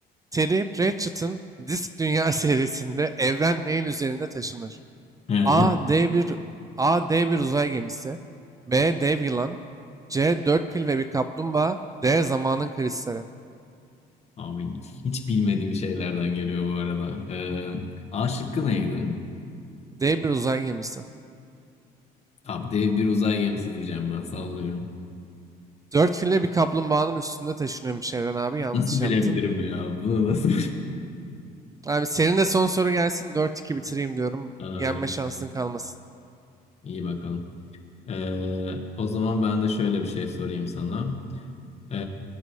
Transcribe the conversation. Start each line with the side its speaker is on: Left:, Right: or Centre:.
Right: Terry Pratchett'ın Disk Dünya <laughs> serisinde evren neyin üzerinde taşınır?
Left: He.
Right: A. D bir A. D bir uzay gemisi. B. Dev yılan. C. Dört fil ve bir kaplumbağa. D. Zamanın kristali.
Left: Abi hiç bilmediğim şeylerden geliyor bu arada. Ee, A şıkkı neydi?
Right: D bir uzay gemisi.
Left: Abi dev bir uzay gemisi diyeceğim ben sallıyorum.
Right: Dört fil ve bir kaplumbağanın üstünde taşınıyormuş evren abi. Yanlış
Left: Nasıl bilebilirim
Right: yaptın.
Left: ya? Bunu nasıl
Right: Abi senin de son soru gelsin. Dört iki bitireyim diyorum.
Left: <laughs> Aa,
Right: Yenme şansın kalmasın.
Left: iyi bakalım. Ee, o zaman ben de şöyle bir şey sorayım sana. Ee,